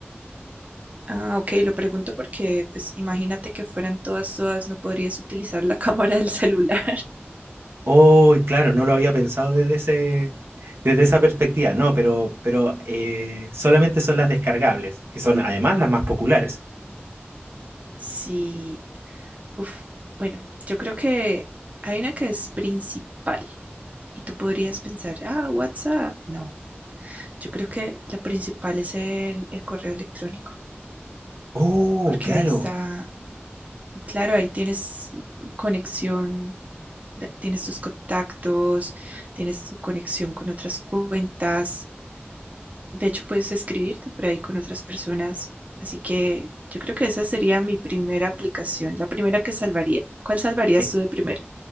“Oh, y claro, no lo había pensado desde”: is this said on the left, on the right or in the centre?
Right